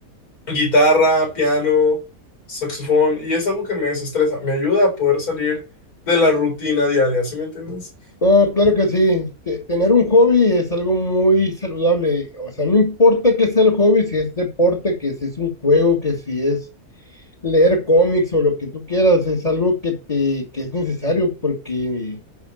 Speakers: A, on the left (about 75°); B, on the left (about 25°).
A: guitarra, piano, saxofón, y es algo que me desestresa, me ayuda a poder salir de la rutina diaria, ¿sí me entiendes?
B: No, claro que sí. te- tener un hobby es algo muy saludable. O sea, no importa qué sea el hobby, si es deporte, que si es un juego, que si es leer cómics o lo que tú quieras, es algo que te, que es necesario porque